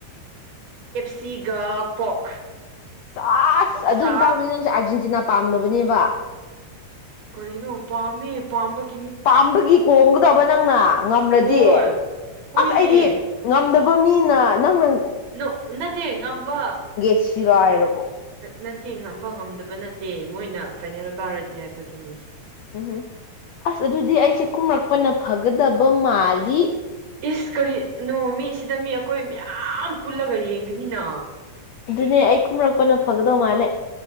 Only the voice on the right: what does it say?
ꯁꯤꯒꯥ ꯄꯣꯛ
ꯑꯣꯛꯁꯥ
ꯀ꯭ꯔꯤꯅꯣ ꯄꯥꯝꯃꯦ ꯄꯥꯝꯕꯒꯤ
ꯍꯣꯏ ꯍꯣꯏꯅꯦ
ꯅꯣ ꯅꯠꯇꯦ ꯉꯝꯕ
ꯅꯠꯇꯦ ꯉꯝꯕ ꯉꯝꯗꯕ ꯅꯠꯇꯦ ꯃꯣꯏꯅ ꯐꯥꯏꯅꯦꯜ ꯀꯥꯔꯗꯤ ꯍꯥꯏꯕꯒꯤꯅꯦ
ꯏꯁ ꯀꯔꯤ ꯅꯣ ꯃꯤ ꯁꯤꯗ ꯃꯤ ꯑꯈꯣꯏ ꯃꯌꯥꯝ ꯄꯨꯜꯂꯒ ꯌꯦꯡꯒꯅꯤꯅ